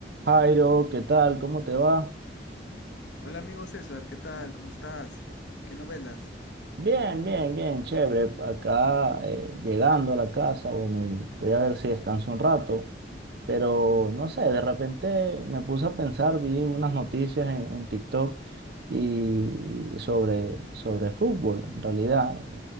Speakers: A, on the right; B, on the left.
A: Jairo, ¿qué tal? ¿Cómo te va?
B: Hola amigo César, ¿qué tal? ¿Cómo estás? ¿Qué novelas?
A: Bien, bien, bien, chévere. Acá eh, llegando a la casa, bueno, y voy a ver si descanso un rato, pero no sé, de repente me puse a pensar, vi unas noticias en, en TikTok y sobre, sobre fútbol, en realidad.